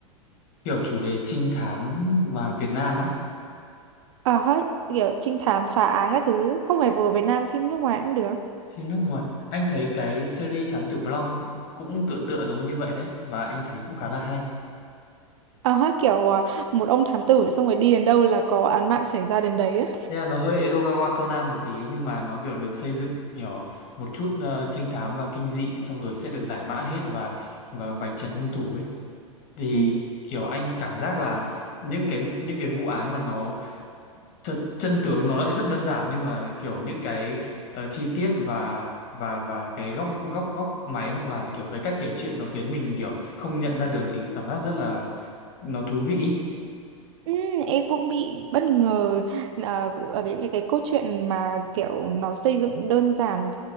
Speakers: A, on the left; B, on the right.
A: kiểu chủ đề trinh thám và Việt Nam á
B: ờ hết kiểu trinh thám phá án các thứ không phải vừa Việt Nam phim nước ngoài cũng được
A: phim nước ngoài anh thấy cái series Thám Tử Blanc cũng tựa tựa giống như vậy đấy và anh thấy cũng khá là hay
B: ờ hết kiểu à, một ông thám tử xong rồi đi đến đâu là có án mạng xảy ra đến đấy á
A: Thế là nó hơi Edogawa Conan một tí nhưng mà nó kiểu được xây dựng kiểu một chút ờ, trinh thám và kinh dị xong rồi sẽ được giải mã hết và và vạch trần hung thủ ấy thì
B: ừ.
A: kiểu anh cảm giác là những cái bu- những cái vụ án mà nó Thật, chân tướng nó lại rất đơn giản nhưng mà kiểu những cái ờ, chi tiết và và và cái góc góc góc máy hoặc là kiểu cái cách kể chuyện nó khiến mình kiểu không nhận ra được thì cảm giác rất là nó thú vị ý.
B: Ừ, em cũng bị bất ngờ ờ, ở cái, cái cái cốt truyện mà kiểu nó xây dựng đơn giản